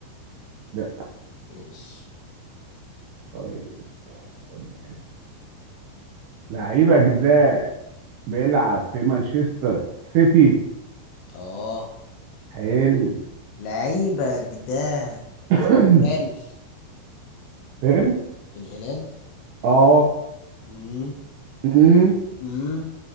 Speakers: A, on the right; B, on the left.
A: لا
B: ماشي
A: طيب اقول لك أنا. لعيبك ده بيلعب في مانشستر سيتي
B: اه
A: حلو
B: لعيبك ده
A: <coughs>
B: في الهلال
A: فين
B: في الهلال
A: اه
B: امم
A: أمم،
B: امم